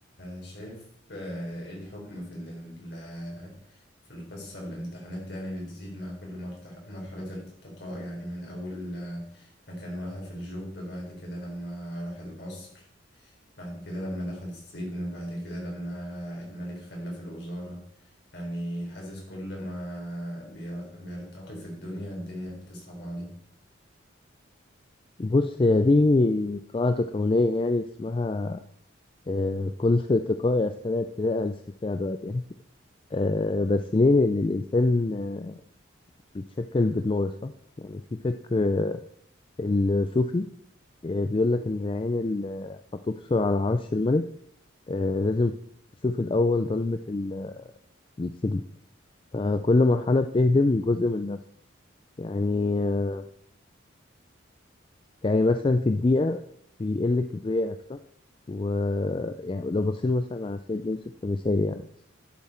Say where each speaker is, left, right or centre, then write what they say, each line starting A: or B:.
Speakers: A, on the left (about 55°); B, on the left (about 25°).
A: شايف آه، إيه الحكم في إن ال- آه، في القصة الامتحانات يعني بتزيد مع كل مرتح- مرحلة الارتقاء يعني من أول آه، ما كان واقع في الجوب بعد كده لما راح القصر بعد كده لما دخل السجن وبعد كده لما الملك خلاه في الوزارة يعني حاسس كل ما بير- بيرتقي في الدنيا الدنيا بتصعب عليه
B: بص هي دي قاعدة كونية يعني اسمها آه، <laughs> كل ارتقاء يستدعي ابتداء الاستقطاع دلوقتي يعني <laughs> آه، بس ليه؟ لأن الإنسان آه، بيتشكل بالنور صح؟ يعني في فكر آه، الصوفي آه، بيقول لك إن العين اللي هتبصر على عرش الملك آه، لازم تشوف الأول ضلمة ال- السجن فكل مرحلة بتهدم جزء من النفس يعني آه، يعني مثلا في الدقيقة بيقل كبريائك صح؟ و يعني لو بصينا مثلا على سيد يوسف كمثال يعني مثلا